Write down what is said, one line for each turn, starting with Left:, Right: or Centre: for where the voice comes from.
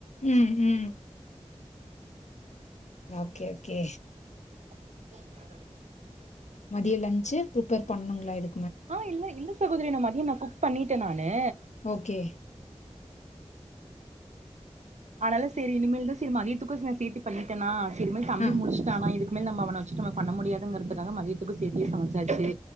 Left: ம் ம் நோகே ஓகே
Right: <unintelligible>
Left: மதிய லன்சு புப்பேர் பண்ணுங்களா இடு
Right: ஆ இல்ல இல்ல சகோதரி நா மதிய நா குக் பண்ணிட்ட நானு
Left: ஓகே
Right: ஆனாலு சேரி இனிமேல் தா சிரு மதியத்துக்கு ச சேத்தி பண்ணிட்டனா இதுமே தம்பி
Left: ஆ
Right: முலுஷ்ட்டானா இதுக்கு மேல் நம்ம அவன வச்சுட் நம்ம பண்ணா முடியாதுங்கற்துக்காக மதியத்துக்கு சேத்தியே சமச்சாச்சு